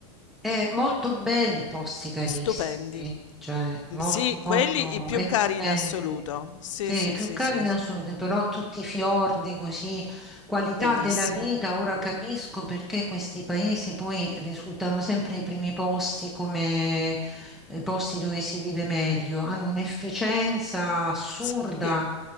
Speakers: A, in the centre; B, on the left (about 80°).
A: Eh, molto belli, i posti carissimi,
B: Stupendi.
A: cioè molto
B: Mm, Sì,
A: molto
B: quelli i più
A: expensive,
B: cari in assoluto. Sì,
A: sì,
B: sì,
A: più
B: sì,
A: cari
B: sì,
A: in
B: sì.
A: assoluto, però tutti i fiordi così, qualità
B: Bellissimo.
A: della vita, ora capisco perché questi paesi poi risultano sempre i primi posti come eh, posti dove si vive meglio, hanno un'efficienza assurda,
B: Sì, sì.